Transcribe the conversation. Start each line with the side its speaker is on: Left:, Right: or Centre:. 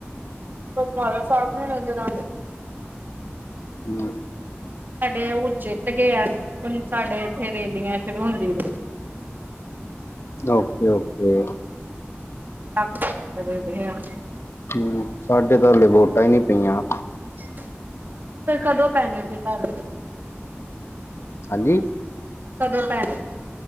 Right: ਦਰਬਾਰ ਸਾਹਿਬ ਨੇ ਨਗਰ
Left: ਹਮ
Right: ਸਾਡੇ ਉਹ ਜਿੱਤ ਗਏ ਆ ਹੁਣ ਸਾਡੇ ਇੱਥੇ ਰੇਲੀਆਂ ਸ਼ੁਰੂ ਹੁੰਦੀਆਂ ਨੇ
Left: ਓਕੇ ਓਕੇ
Right: <unintelligible>
Left: ਹਮ ਸਾਡੇ ਤਾਂ ਹਲੇ ਵੋਟਾਂ ਹੀ ਨਹੀਂ ਪਈਆਂ
Right: ਫੇਰ ਕਦੋਂ ਪੈਨਿਆ ਅਗੇੇ ਘਰ
Left: ਹਾਂਜੀ
Right: ਕਦੋਂ ਪੈ